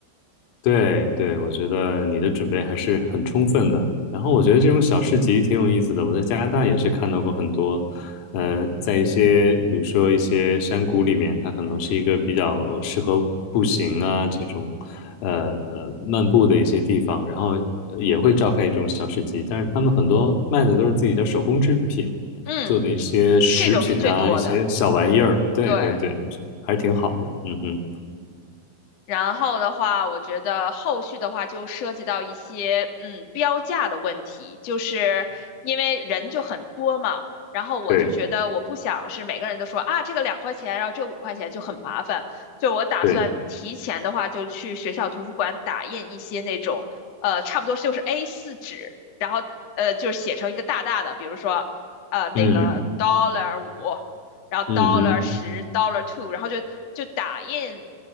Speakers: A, on the left; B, on the left.
A: 对对，我觉得你的准备还是很充分的。然后我觉得这种小市集挺有意思的，我在加拿大也是看到过很多，呃，在一些比如说一些山谷里面，它可能是一个比较适合步行啊这种，呃呃漫步的一些地方，然后也会召开一种小市集，但是他们很多卖的都是自己的手工制品，
B: 嗯，
A: 做的一些食品啊，
B: 这种是最多的，
A: 一些小玩意儿。对对对，
B: 对。
A: 我觉得还是挺好的。嗯哼。
B: 然后的话，我觉得后续的话就涉及到一些嗯标价的问题，就是因为人就很多嘛，然后我就觉得我不想是每个人都说啊这个两块钱，
A: 对。
B: 然后这五块钱就很麻烦，就我打算提前的话就去学校图书馆打印一些那种呃差不多就是
A: 对，
B: A4 纸，然后呃就写成一个大大的，比如说呃那个
A: 嗯
B: dollar 五。然后
A: 嗯哼，
B: dollar 十 dollar two，然后就就打印，